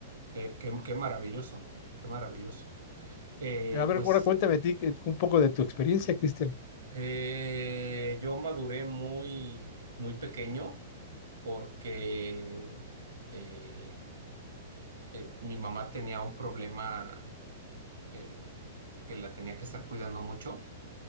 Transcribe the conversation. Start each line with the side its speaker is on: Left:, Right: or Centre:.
Right: Qué, qué- qué maravilloso, qué maravilloso. Eh,
Left: Pero a ver,
Right: pues.
Left: ahora cuéntame a ti eh, un poco de tu experiencia, Cristian.
Right: Eh, yo maduré muy, muy pequeño porque eh, eh, mi mamá tenía un problema eh, que la tenía que estar cuidando mucho